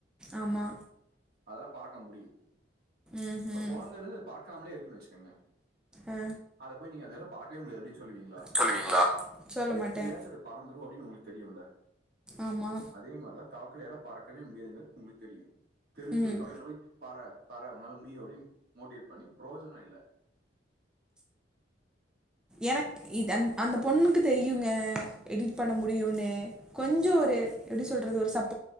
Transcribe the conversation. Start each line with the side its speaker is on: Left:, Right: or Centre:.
Centre: ஆமா
Right: அதெல்லாம் பறக்க முடியும்
Centre: ம்
Right: இப்ப
Centre: ம்
Right: பறந்தது பறக்காமலே இருக்குன்னு வச்சுக்கோங்க
Centre: ஆ
Right: அதை போய் நீங்க அதெல்லாம் பறக்கவே முடியாது அப்படின்னு சொல்லுவீங்களா
Centre: சொல்லுவீங்களா சொல்ல
Right: எப்படியாச்சும்
Centre: மாட்டே
Right: அது பறந்துரும் அப்படின்னு உங்களுக்கு தெரியும்ல
Centre: ஆமா
Right: அ மாதிரி தான் தவக்காலயால பறக்கவே முடியாதுனு உங்களுக்கு தெரியும் தெரிஞ்சும்
Centre: ம்
Right: அது பக்கத்துல போய் பற பற உன்னால முடியும் அப்படின்னு மோட்டிவேட் பண்ணி புரோஜனம் இல்ல
Centre: எனக்கு இது அந் அந்த பொண்ணுக்கு தெரியுங்க எடிட் பண்ண முடியும்ன்னு கொஞ்சம் ஒரு எப்படி சொல்கறிது ஒரு சப்